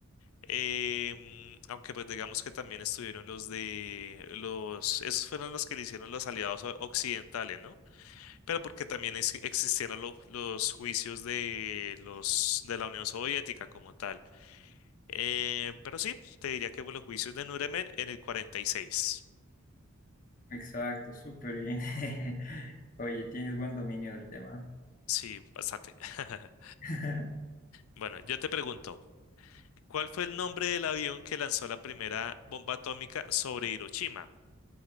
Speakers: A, on the left; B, on the left.
A: em, aunque pues digamos que también estuvieron los de los, esos fueron los que le hicieron los aliados o- occidentales, ¿no? Pero porque también es- existieron lo- los juicios de los de la Unión Soviética como tal. Eh, pero sí, te diría que fue los juicios de Nuremberg en el 46.
B: Exacto, súper bien. <laughs> Oye, tienes buen dominio del tema.
A: Sí, bastante. <laughs>
B: <laughs>
A: Bueno, yo te pregunto, ¿cuál fue el nombre del avión que lanzó la primera bomba atómica sobre Hiroshima?